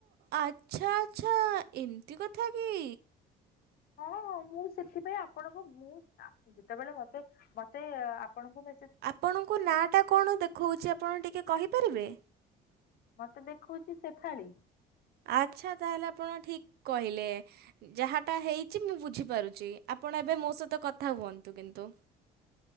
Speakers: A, on the right; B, on the left.
A: ଆଚ୍ଛା ଆଚ୍ଛା। ଏମତି କଥା କି।
B: ହଁ ହଁ ମୁଁ ସେଥିପାଇଁ ଆପଣଙ୍କୁ ମୁଁ ଆ ଯେତେବେଳେ ମତେ ମତେ ଆପଣଙ୍କୁ ବ
A: ଆପଣଙ୍କ ନାଁଟା କଣ ଦେଖଉଛି ଆପଣ ଟିକେ କହିପାରିବେ।
B: ମତେ ଦେଖଉଛି ସେଫାଳି।
A: ଆଚ୍ଛା ତାହେଲେ ଆପଣ ଠିକ କହିଲେ। ଯାହାଟା ହେଇଛି ମୁଁ ବୁଝିପାରୁଛି ଆପଣ ଏବେ ମୋ ସହିତ କଥା ହୁଅନ୍ତୁ କିନ୍ତୁ